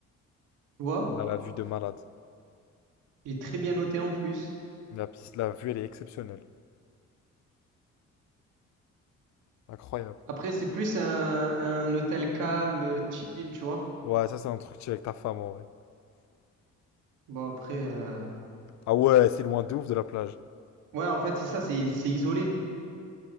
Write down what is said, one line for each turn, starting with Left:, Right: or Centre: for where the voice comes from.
Right: Tu vois?
Left: Là, la vue de malade.
Right: Il est très bien noté en plus.
Left: La, piscine, la vue, elle est exceptionnelle. Incroyable.
Right: Après, c'est plus un, un hôtel calme, chill, tu vois?
Left: Ouais, ça, c'est un truc que tu fais avec ta femme, en vrai.
Right: Bon, après, euh,
Left: Ah ouais, c'est loin de ouf de la plage.
Right: ouais, en fait, c'est ça, c'est c'est isolé.